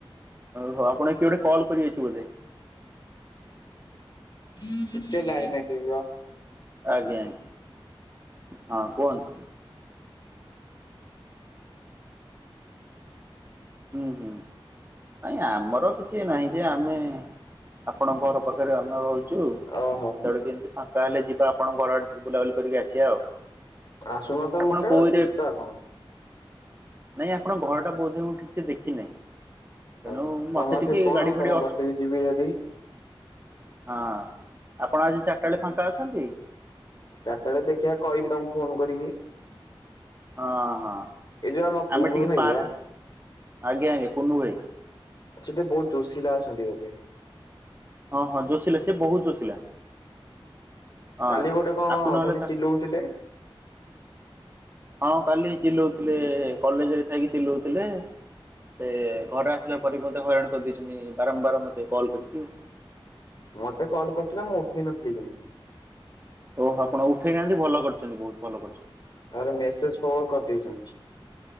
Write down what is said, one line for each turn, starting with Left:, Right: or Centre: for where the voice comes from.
Right: ଓହୋ ଆପଣ କିଏ ଗୋଟେ କଲ୍ କରିିଆଇଛି ବୋଧେ?
Left: ଟିକେ ଲାଇନ୍ ରେ ଟିକେ ରୁହ।
Right: ଆଜ୍ଞା ଆଜ୍ଞ, ହଁ କୁହନ୍ତୁ। ହୁଁ ହୁଁ ନାଇଁ ଆମର କିଛି ନାହିଁ ଯେ ଆମେ ଆପଣଙ୍କ ଘର ପାଖରେ ଆମେ ରହିଚୁ।
Left: ଅହ।
Right: କେତେବେଳେ କେମିତି ଫାଙ୍କା ହେଲେ ଯିବା ଆପଣଙ୍କ ଘର ଆଡେ ଟିକେ ବୁଲାବୁଲି କରିକି ଆସିବା ଆଉ।
Left: ଆସୁନ ତ
Right: ଆପଣ
Left: ମୋଟେ
Right: କୋଉ ଏରିଆ
Left: ଯିବା କଣ?
Right: ନାଇଁ ଆପଣଙ୍କ ଘରଟା ବୋଧେ ମୁଁ ଠିକ୍ ସେ ଦେଖିନାହିଁ। ତେଣୁ
Left: ଓହୋ ତମର
Right: ମତେ ଟିକେ
Left: ସେ କଣ
Right: ଗାଡି
Left: ମୁଁ ତମ
Right: ଫାଡି
Left: ଘରଟିକି
Right: ଅସୁ
Left: ଯିବି ଯଦି
Right: ହଁ ଆପଣ ଆଜି ଚାରିଟା ବେଳେ ଫାଙ୍କା ଅଛନ୍ତି?
Left: ଚାରିଟା ବେଳେ ଦେଖିବା କହିବି ତମକୁ ଫୋନ କରିକି।
Right: ହଁ ହଁ
Left: ଏ ଯୋଉ ଆମ
Right: ଆମେ
Left: କୁନୁ
Right: ଟିକେ
Left: ଭାଇ
Right: ପାର୍କ
Left: ବା
Right: ଆଜ୍ଞା ଆଜ୍ଞା କୁନୁ ଭାଇ।
Left: ସେତେ ବହୁତ୍ ଜୋସିଲା ଆସନ୍ତି ବୋଧେ?
Right: ହଁ -ହଁ ଜୋସିଲା ସେ ବୋହୁତ ଜୋସିଲା। ହଁ
Left: କାଲି ଗୋଟେ କଣ
Right: ଆକୁ ନହେଲେ
Left: ଖାଲି
Right: ତା
Left: ଚିଲଉଥିଲେ?
Right: ହଁ କାଲି ଚିଲଉଥିଲେ, କଲେଜରେ ଥାଇକି ଚିଲଉଥିଲେ। ସେ ଘରେ ଆସିଲା ପରେ ବି ମୋତେ ହଇରାଣ କରିଦେଇଛନ୍ତି ବାରମ୍ବାର ମତେ କଲ୍ କରିକି।
Left: ମତେ କଲ୍ କରୁଥିଲେ ମୁଁ ଉଠେଇ ନଥିଲି
Right: ଓହୋ ଆପଣ ଉଠେଇ ନାହାନ୍ତି ଭଲ କରିଛନ୍ତି ବୋହୁତ ଭଲ କରିଛନ୍ତି।
Left: ତାପରେ ମେସେଜ୍ ପ୍ରବଳ କରିଦେଇଛନ୍ତି।